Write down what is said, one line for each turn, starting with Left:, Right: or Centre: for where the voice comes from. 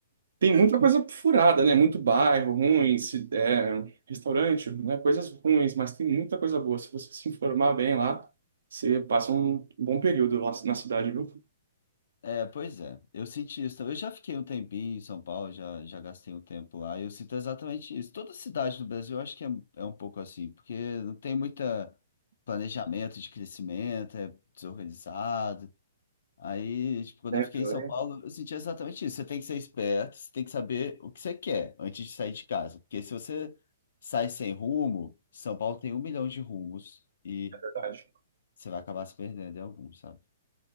Right: Tem muita coisa furada, né? Muito bairro ruim, se- é, restaurante, né? Coisas ruins, mas tem muita coisa boa. Se você se informar bem lá, você passa um bom período lá na cidade, viu?
Left: É, pois é. Eu senti isso. também. Eu já fiquei um tempinho em São Paulo, já, já gastei um tempo lá. e Eu sinto exatamente isso. Toda cidade no Brasil, eu acho que é, é um pouco assim, porque não tem muita planejamento de crescimento, é desorganizado. Aí, tipo, quando
Right: Sempre,
Left: eu fiquei em São Paulo,
Right: é
Left: eu senti exatamente isso. Você tem que ser esperto, você tem que saber o que você quer antes de sair de casa. Porque se você sai sem rumo, São Paulo tem um milhão de rumos e
Right: Verdade.
Left: você vai acabar se perdendo em algum, sabe?